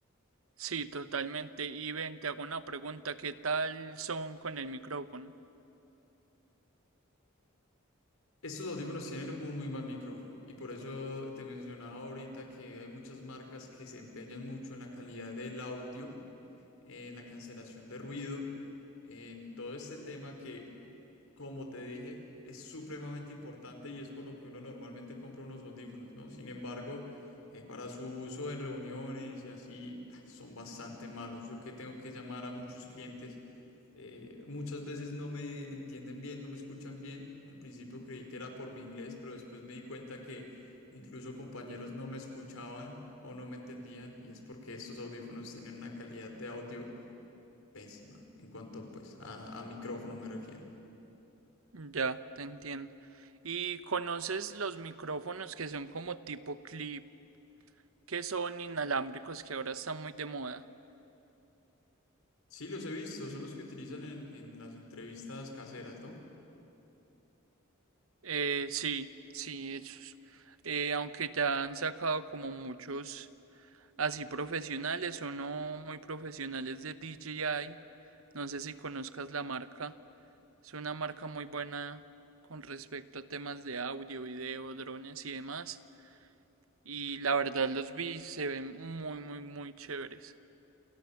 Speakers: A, on the right; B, on the left.
A: sí, totalmente. Y ven, te hago una pregunta, ¿qué tal son con el micrófono?
B: Estos audífonos tienen un muy mal micrófono y por eso te mencionaba ahorita que hay muchas marcas que se empeñan mucho en la calidad del audio, en la cancelación de ruido en todo este tema que Como te dije, es supremamente importante y es por lo que uno normalmente compra unos audífonos, ¿no? Sin embargo, eh, para su uso en reuniones y así, ah, son bastante malos. Yo que tengo que llamar a muchos clientes, eh, muchas veces no me entienden bien, no me escuchan bien. Al principio creí que era por mi inglés, pero después me di cuenta que incluso compañeros no me escuchaban o no me entendían y es porque estos audífonos tienen una calidad de audio pésima en cuanto pues a a micrófono me refiero.
A: Ya, te entiendo. ¿Y conoces los micrófonos que son como tipo clip, que son inalámbricos, que ahora están muy de moda?
B: Sí, los he visto, son los que utilizan en, en las entrevistas caseras, ¿no?
A: Eh, sí, sí, esos. Eh, aunque ya han sacado como muchos. Así profesionales o no muy profesionales de DJI. No sé si conozcas la marca. Es una marca muy buena con respecto a temas de audio, video, drones y demás. Y la verdad los vi, se ven muy, muy, muy chéveres.